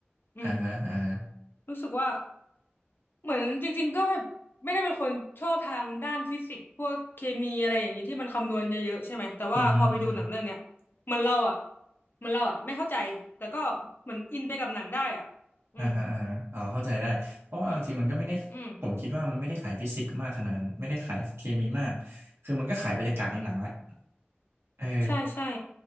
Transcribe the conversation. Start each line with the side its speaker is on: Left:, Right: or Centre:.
Left: อืม
Right: อ่าฮะอ่าฮะ
Left: รู้สึกว่า เหมือนจริงๆก็แบบไม่ได้เป็นคนชอบทางด้านฟิสิกส์พวกเคมีอะไรอย่างนี้ที่มันคำนวณเยอะๆใช่ไหมแต่ว่าพอไปดูหนังเรื่องเนี้ยเหมันเราอ่ะ
Right: อืมฮึมอืม
Left: เหมันเราอ่ะไม่เข้าใจแต่ก็เหมือนอินไปกับหนังได้อ่ะอืม
Right: อ่าฮะอ่าฮะอ๋อเข้าใจได้เพราะว่าจริงๆมันก็ไม่ได้ผมคิดว่ามันไม่ได้ขายฟิสิกส์มากขนาดนั้นไม่ได้ขายเคมีมากคือมันก็ขายบรรยากาศในหนังแหละ
Left: อ่ะอืม
Right: เออ
Left: ใช่ใช่